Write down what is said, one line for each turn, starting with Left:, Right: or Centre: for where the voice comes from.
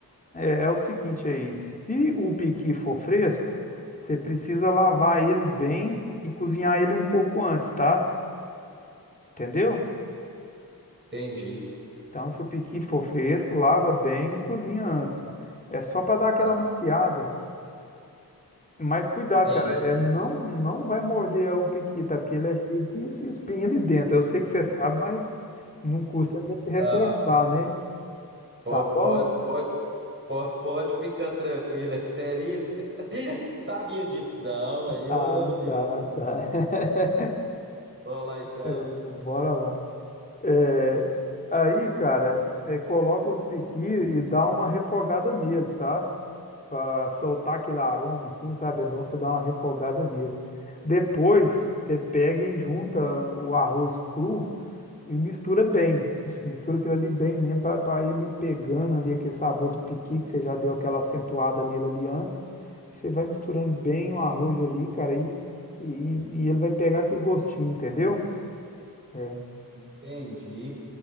Left: é, é o seguinte aí. Se o piqui for fresco, você precisa lavar ele bem e cozinhar ele um pouco antes, tá? Entendeu?
Right: entendi.
Left: Então, se o piqui for fresco, lava bem e cozinha antes.
Right: Não,
Left: É só para dar aquela
Right: tá,
Left: maciada. Mas cuidado,
Right: entendi.
Left: cara, é não não vai morder o piqui, tá? Porque ele é cheio de es- espinha ali dentro. Eu sei que você sabe, mas não custa a gente
Right: Não,
Left: reforçar, né?
Right: po-
Left: Tá bom?
Right: pode, pode, pode, pode ficar tranquilo, é asterisca. <laughs> Sabia disso, não, aí,
Left: Ah,
Right: ô, meu
Left: tá,
Right: Deus.
Left: tá. <laughs>
Right: Vamos lá então.
Left: É, bora lá. É, aí, cara, é, coloca os piqui e dá uma refogada neles, tá? para soltar aquele aroma, assim, sabe? É bom você dar uma refogada nele. Depois, você pega e junta o arroz cru e mistura bem. Isso, mistura aquilo ali bem mesmo para ele ir pegando ali aquele sabor do piqui que você já deu aquela acentuada nele ali antes. Você vai misturando bem o arroz ali, cara, e, e, e ele vai pegar aquele gostinho, entendeu? É.
Right: Entendi.